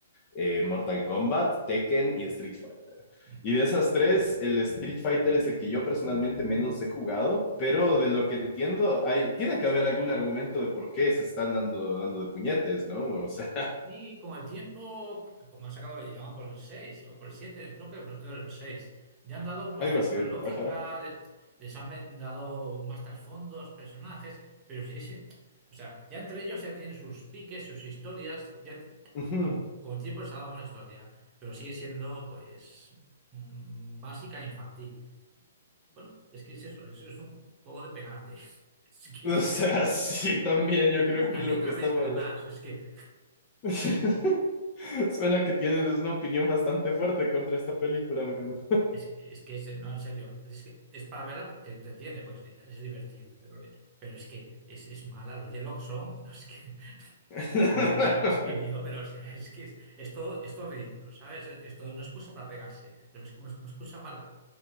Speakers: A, on the left (about 25°); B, on the right (about 20°).
A: eh, Mortal Kombat, Tekken y Street Fighter.
B: <laughs>
A: Y de esas tres, el Street Fighter es el que yo personalmente menos he jugado, pero de lo que entiendo, hay, tiene que haber algún argumento de por qué se están dando, dando de puñetes, ¿no? O sea,
B: Y con el tiempo, como han sacado, ya van por el 6 o por el siete creo que era el seis Ya han dado
A: <laughs>
B: pues
A: algo
B: cierta
A: así,
B: lógica,
A: ajá.
B: le- les han me- dado más trasfondos, personajes, pero sí, sí, o sea, ya entre ellos ya tienen sus piques, sus historias, ya ti-
A: Ujú.
B: ah, con el tiempo les ha dado una historia, pero sigue siendo pues mm, básica e infantil. Bueno, es que es eso, eso es un juego de pegarte. <laughs> Es que
A: O sea, <laughs> sí, también yo creo
B: una
A: que lo
B: y otra
A: que estaba...
B: vez, además, es que
A: <laughs> Suena que tienes una opinión bastante fuerte contra esta película, amigo.
B: Es, que, es que es- no, en serio, es que es para verla, te entretiene, pues es divertido, pero, pero es que es, es mala, los diálogos son, <laughs> es que
A: <laughs>
B: no sé quién los escribió, pero o sea, es que es, es todo, es todo ridículo, ¿sabes? Es, es toda una excusa para pegarse, pero es una, una excusa mala,